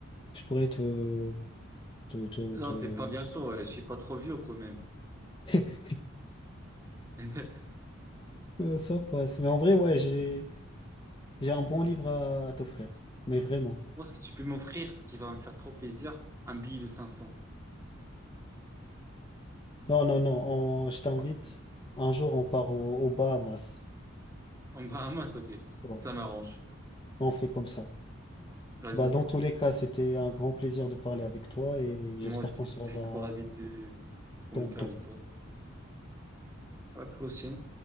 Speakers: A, on the left (about 25°); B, on the right (about 15°).
A: je pourrais te te, te,
B: Non,
A: te-
B: c'est pas bientôt, ouais. Je suis pas trop vieux quand même.
A: <laughs>
B: <laughs>
A: Euh, Ça passe. Mais en vrai, ouais, j'ai j'ai un bon livre à, à t'offrir. Mais vraiment.
B: Moi, ce que tu peux m'offrir, ce qui va me faire trop plaisir, un billet de 500.
A: Non, non, non, on- je t'invite. Un jour, on part au- aux Bahamas.
B: En Bahamas, ok.
A: Ouais,
B: Ça m'arrange.
A: on fait comme ça.
B: Vas-y.
A: Bah, dans tous les cas, c'était un grand plaisir de parler avec toi et j'espère
B: Moi aussi,
A: qu'on se
B: je
A: reverra
B: suis trop ravi de communiquer
A: tantôt.
B: avec toi. À la prochaine.